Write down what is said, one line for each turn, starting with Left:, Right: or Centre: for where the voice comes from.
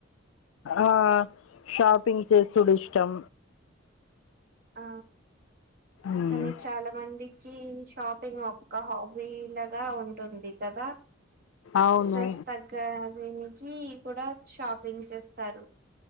Left: ఆ షాపింగ్ చేసుడు ఇష్టం
Right: ఆ
Left: మ్మ్
Right: కానీ చాల మందికి షాపింగ్ ఒక హాబీ లాగ ఉంటుంది కదా
Left: అవును
Right: స్ట్రెస్ తగ్గ నికి కూడ షాపింగ్ చేస్తారు